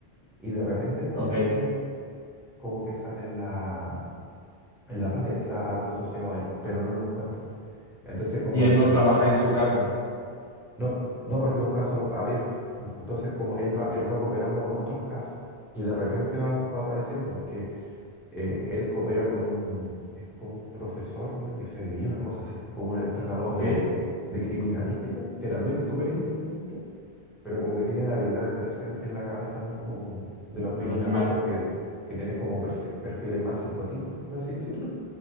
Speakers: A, in the centre; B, on the right.
A: Y de repente como
B: ok.
A: que como que sale en la, en la palestra algo asociado a él, pero no lo encuentran. Entonces como
B: Y
A: él,
B: él no
A: él-
B: trabaja en su caso.
A: no, no porque es un caso abierto. Entonces como él
B: Ok.
A: va, él va cooperando con otros casos y de repente va, va apareciendo porque eh, él coopera con un, es como un profesor del FBI, una cosa así, como un entrenador
B: Ok.
A: de, de criminalística, que también es súper
B: ujú,
A: inteligente, pero como que tiene la habilidad de meterse en, en la cabeza de los, de los
B: De
A: criminales
B: los demás.
A: estos que, que tienen como persi- perfiles más psicóticos, por así decirlo,